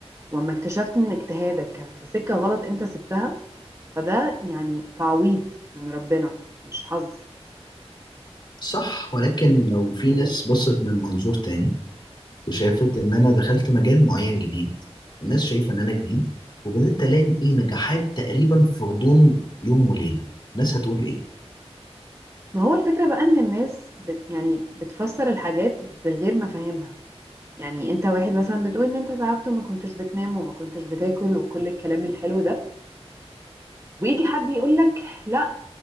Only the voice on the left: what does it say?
صح ولكن لو في ناس بصت من منظور تاني وشافت ان انا دخلت مجال معين جديد الناس شايفه ان انا جديد وبدات الاقي نجاحات تقريبا في غضون يوم وليله الناس هتقول ايه